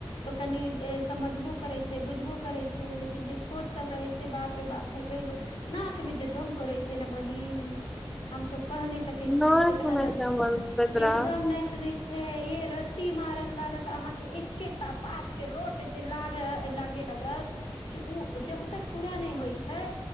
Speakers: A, on the left; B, in the centre.
A: तऽ कनि ए समझबो करैत छै, बुझबो करैत छै, लेकिन जे छोटसब रहैत छै बाप रे बाप नहि कहियो। नाकमे जे दम करै छै न बहिन, हम तो कह नहि सक कै छी
B: नहि
A: केतना
B: सुनै
A: दम
B: छै हमर
A: के
B: बेदरा
A: एकदम नहि सुनै छै ए रट्टी मारत लागत, अहा के एके टा बात के रोट जे लाग लागे ला गत कि उ जब तक पूरा नहि होइ छै